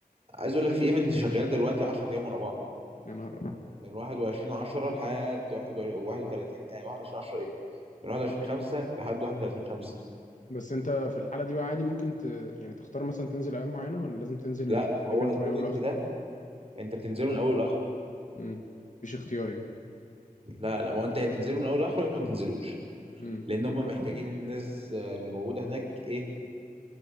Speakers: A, on the right; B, on the left.
A: عايز اقول لك في ايفنت شغال دلوقتي 10 ايام ورا بعض
B: يا نهار أبيض.
A: من 21 10 لحد 31 آه 21 10 ايه من 21 5 لحد 31 5
B: بس انت في الحالة دي بقى عادي ممكن ت... يعني تختار مثلا تنزل ايام معينة ولا لازم تنزل
A: لا ما هو
B: الايفنت
A: الايفنت
B: من اوله لاخره
A: ده انت بتنزله من اول لاخره
B: امم مفيش اختيار يعني
A: لا لا ما هو انت يا بتنزله من اول لاخره يا اما ما بتنزلوش
B: امم
A: لان هم محتاجين الناس آه، اللي موجوده هناك ايه